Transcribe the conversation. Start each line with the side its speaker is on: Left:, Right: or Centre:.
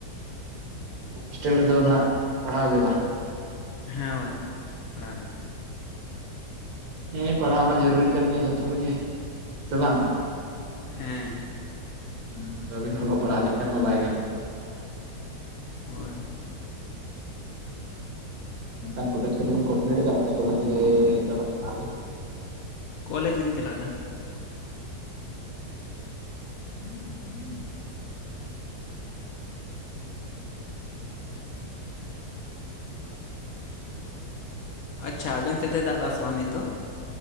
Right: ᱦᱳᱥᱴᱮᱞ ᱨᱮᱫᱚ ᱱᱟᱦᱟᱸᱜ ᱯᱟᱲᱦᱟᱣ ᱜᱮ ᱵᱟ?
Left: ᱦᱮᱸ ᱦᱳᱭ ᱯᱟᱲᱦᱟᱣ ᱜᱮ᱾
Right: ᱦᱮᱸ ᱯᱟᱲᱦᱟᱣ ᱢᱟ ᱡᱟᱹᱨᱩᱨᱤ ᱠᱟᱱ ᱜᱮᱭᱟ ᱡᱚᱛᱚ ᱦᱚᱲ ᱜᱮ ᱥᱮ ᱵᱟᱝᱟ,
Left: ᱦᱮᱸ
Right: ᱦᱩᱸ ᱵᱟᱹᱵᱤᱱ ᱚᱞᱚᱜ ᱯᱟᱲᱦᱟᱣ ᱞᱮᱱᱠᱷᱟᱱ ᱢᱟ ᱵᱟᱭ ᱜᱟᱱᱚᱜ,
Left: ᱦᱳᱭ
Right: ᱮᱱᱠᱷᱟᱱ ᱠᱚᱞᱮᱡᱽ ᱠᱚᱫᱚ‌ᱵᱤᱱ ᱠᱚᱢᱯᱞᱤᱴ ᱟᱠᱟᱜ-ᱟ ᱥᱮ ᱠᱚᱞᱮᱡᱽ ᱜᱮ ᱪᱟᱞᱟᱜ ᱠᱟᱱᱟ ᱵᱤᱱ
Left: ᱠᱚᱞᱮᱡᱽ ᱜᱮᱞᱤᱧ ᱪᱟᱞᱟᱜ ᱠᱟᱱᱟ ᱦᱮᱸ ᱦᱮᱸ <unintelligible> ᱟᱪᱪᱷᱟ ᱟᱵᱮᱱ ᱥᱮᱫ ᱫᱚᱭ ᱫᱟᱜ ᱮᱫᱟ ᱥᱮ ᱵᱟᱝ ᱱᱤᱛᱚᱜ